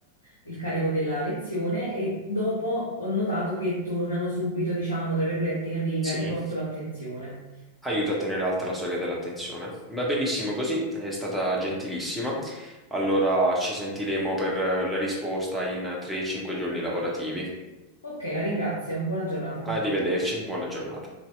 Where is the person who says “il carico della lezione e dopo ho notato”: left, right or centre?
Left